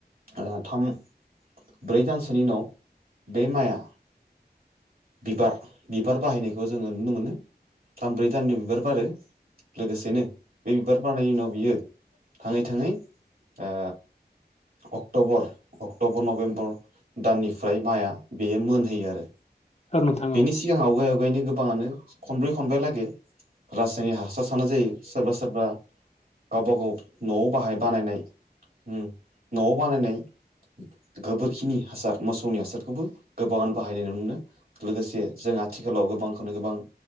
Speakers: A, on the right (about 60°); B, on the left (about 40°).
A: ओ थाम। ब्रै दानसोनि उनाव बे माइआ। बिबार बिबार बारहैनायखौ जोङो नुनो मोनो। थामब्रै दाननि बिबार बारो लोगोसेनो बे बिबार बारनायनि उनाव बियो। थाङै थाङै ओ अक्ट'बर अक्ट'बर नभेम्बर। दाननिफ्राय माइआ बेयो मोनहैयो आरो।
B: औ नोंथां
A: बेनि
B: औ नोंथां औ
A: सिगां आवगाय आवगायनो गोब गोबाङानो खनब्रै खनबा हालागै रासायनिक हासार सारनाय जायो सोरबा सोरबा। गावबा गाव न'आव बाहाय बानायनाय ओम न'आव बानायनाय। गोबोरखिनि हासार मोसौनि हासारखौबो गोबाङानो बाहायनाय नुनो मोनो। लोगोसे जों आथिखालाव गोबांखौनो गोबां